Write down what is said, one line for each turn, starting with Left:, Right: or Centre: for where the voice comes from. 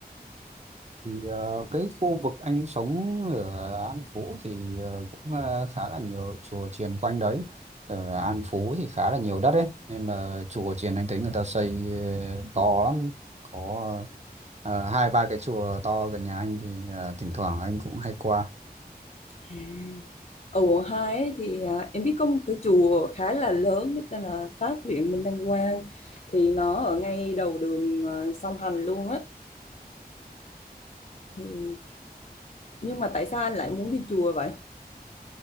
Right: thì ờ, cái khu vực anh sống ở An Phú thì ờ, cũng ờ, khá là nhiều chùa chiền quanh đấy ở An Phú thì khá là nhiều đất ấy nên là chùa chiền anh thấy người ta xây ờ, to lắm có ờ, hai ba cái chùa to gần nhà anh thì ờ, thỉnh thoảng anh cũng hay qua
Left: À. Ở quận 2 ấy, thì à, em biết có một cái chùa khá là lớn đó tên là Pháp Viện Minh Đăng Quang thì nó ở ngay đầu đường à, song hành luôn á thì nhưng mà tại sao anh lại muốn đi chùa vậy?